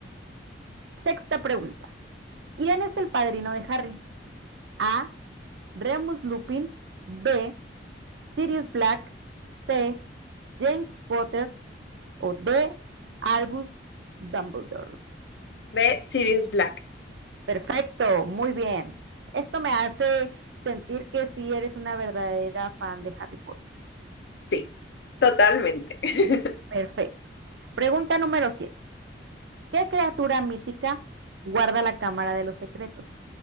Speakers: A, on the right; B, on the left.
A: Sexta pregunta. ¿Quién es el padrino de Harry? A. Remus Lupin. B. Sirius Black. C. James Potter. O D. Albus Dumbledore.
B: B, Sirius Black.
A: Perfecto, muy bien. Esto me hace sentir que sí eres una verdadera fan de Harry Potter.
B: Sí, totalmente. <laughs>
A: Perfecto. Pregunta número 7. ¿Qué criatura mítica guarda la Cámara de los Secretos?